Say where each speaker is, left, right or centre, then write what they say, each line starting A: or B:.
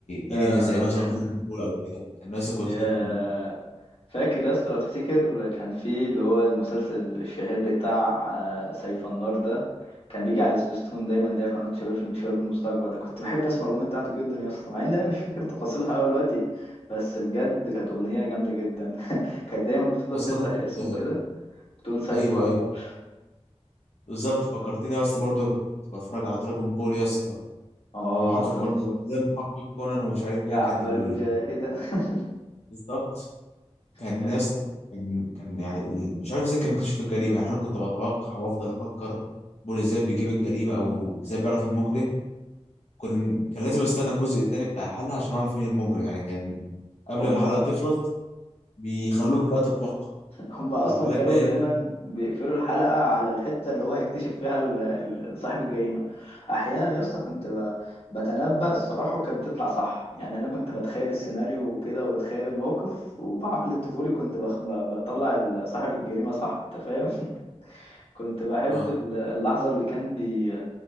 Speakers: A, on the left; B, on the left.
A: انمي
B: آه،
A: زي مثلا
B: <laughs>
A: دراجون بول او كده الناس اللي كنت
B: يا
A: بتحب ال...
B: فاكر يا اسطى لو تفتكر كان في اللي هو المسلسل الشهير بتاع آه، سيف النار ده كان بيجي على سبيستون دايما اللي هي قناة شباب شباب المستقبل ده كنت بحب اسمع الأغنية بتاعته جدا يا اسطى مع ان انا مش فاكر تفاصيلها قوي دلوقتي بس بجد كانت أغنية جامدة جدا <laughs> كانت دايما بتفضل
A: بس
B: تنده
A: انا
B: اسمه
A: كنت
B: كده بتقول سيف
A: ايوه
B: النار
A: ايوه بالظبط فكرتني يا اسطى برضه كنت بتفرج على دراجون بول يا اسطى
B: اه
A: ومحقق
B: دراجون
A: كونان
B: بول
A: ده محقق كونان ومش عارف
B: يعمل
A: ايه كانت ال...
B: جاهدا <laughs>
A: بالظبط كان
B: كان
A: يا اسطى كان كان يعني ال... مش عارف ازاي كان بيكتشف الجريمه يعني انا كنت بتوقع وافضل افكر بول ازاي بيجيب الجريمه او ازاي بيعرف المجرم كان كان لازم استنى الجزء التاني بتاع الحلقة عشان اعرف مين المجرم يعني كان قبل
B: هما
A: ما الحلقة تخلص بيخلوك بقى تتوقع
B: هما
A: تقول
B: اصلا
A: الحلقة
B: كانوا
A: الجاية
B: دايما
A: جاية
B: بيقفلوا الحلقه على الحته اللي هو هيكتشف فيها ال- ال- صاحب الجريمه احيانا يا اسطى كنت ب- بتنبأ الصراحه وكانت بتطلع صح يعني انا كنت بتخيل السيناريو وكده وبتخيل الموقف وبعقل الطفولي كنت بخ... ب- بطلع ال- صاحب الجريمه صح انت فاهم <laughs> كنت بحب
A: اه
B: ال- اللحظة اللي كان بي